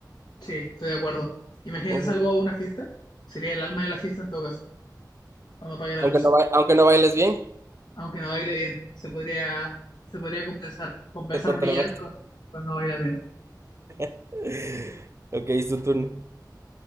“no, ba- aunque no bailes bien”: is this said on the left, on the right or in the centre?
Right